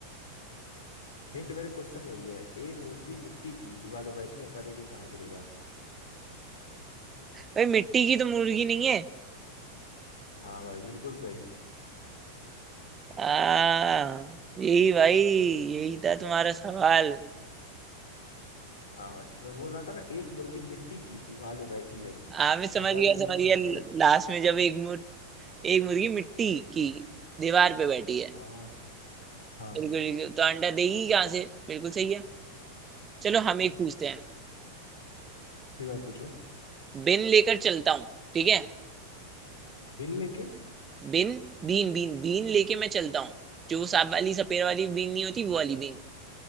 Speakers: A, on the left; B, on the right.
A: हिंट मेरे क्वेश्चन में ही है एक मुर्गी मिट्टी की दीवार पे बैठी अंडा देगी कहाँ गिरेगा
B: भाई मिट्टी की तो मुर्गी नहीं है
A: हाँ भाई बिल्कुल सही
B: हाँ यही भाई यही था तुम्हारा सवाल
A: हाँ भाई मैं बोल रहा था ना एक मुर्गी मिट्टी की दीवार पे बैठी है
B: हाँ मैं समझ
A: अंडा
B: गया
A: देगी
B: समझ
A: तो कहाँ
B: गया
A: गिरे
B: लास्ट में जब एक मुर, एक मुर्गी मिट्टी की दीवार पे बैठी है
A: हाँ हाँ
B: बिल्कुल बिल्कुल तो अंडा देगी कहाँ से बिल्कुल सही है चलो हम
A: हम्म,
B: एक पूछते हैं
A: ठीक है पूछो
B: बिन लेकर चलता हूँ ठीक है
A: बिल लेके
B: बिन बीन बीन बीन लेके मैं चलता हूँ जो वो सांप वाली सपेरा वाली बीन नहीं होती वो वाली बीन